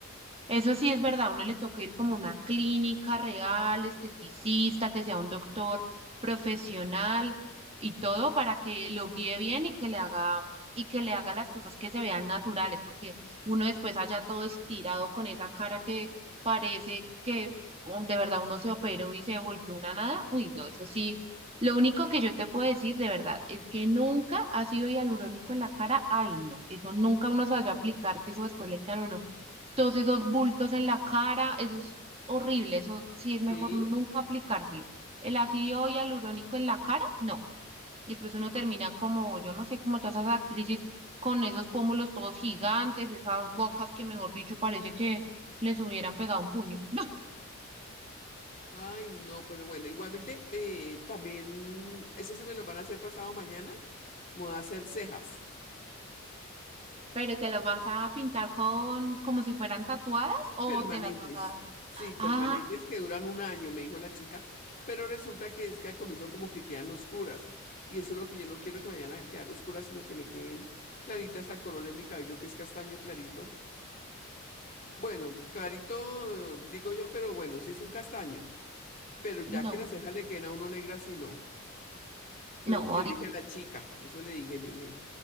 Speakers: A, on the right; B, on the left.
A: Eso sí es verdad, a uno le toca ir como a una clínica real, esteticista, que sea un doctor profesional y todo para que lo guíe bien y que le haga y que le haga las cosas que se vean naturales, porque uno después allá todo estirado con esa cara que parece que um, de verdad uno se operó y se volvió una nada. Uy, no, eso sí. Lo único que yo te puedo decir de verdad es que nunca ha sido hialurónico en la cara. Ay, no, eso nunca uno se vaya a aplicar, que eso después le queda a uno todos esos bultos en la cara, eso es horrible, eso sí es mejor
B: Sí.
A: nunca aplicárselo. El ácido hialurónico en la cara, no. Y después uno termina como, yo no sé, como todas esas actrices con esos pómulos todos gigantes, esas bocas que, mejor dicho, parece que les hubieran pegado un puño. <laughs>
B: Ay, no, pero bueno, igualmente eh, también, eso se me lo van a hacer pasado mañana, me voy a hacer cejas
A: Pero te las vas a pintar con, como si fueran tatuadas o
B: permanentes,
A: te las vas a...
B: sí, permanentes
A: Ah,
B: que duran un año, me dijo la chica, pero resulta que es que al comienzo como que quedan oscuras, y eso es lo que yo no quiero que me vayan a quedar oscuras, sino que me queden claritas al color de mi cabello, que es castaño clarito, Bueno, clarito, eh, digo yo, pero bueno, sí es un castaño. Pero ya
A: no,
B: que las cejas le quedan a uno negras, sí no. Entonces
A: no,
B: lo que yo
A: ahí
B: le dije a la chica, eso le dije, le dije,